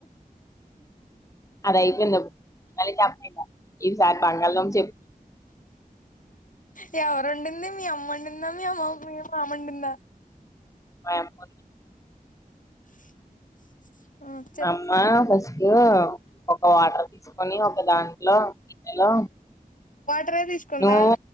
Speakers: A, on the left; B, on the left.
A: అదయిపోంద బ చెప్పలే ఈసారి బంగాళదుంప చెప్
B: ఆ ఎవరు వండింది మీ అమ్మండిందా మీ అమ్మ వండిందా మీ మామండిందా
A: <inaudible>
B: <inaudible> చెప్పు
A: మా అమ్మా ఫస్ట్ ఒక వాటర్ తీసుకొని ఒక దాని ట్లో గిన్నెలో
B: వాటరే తీసుకుందా
A: నువ్వు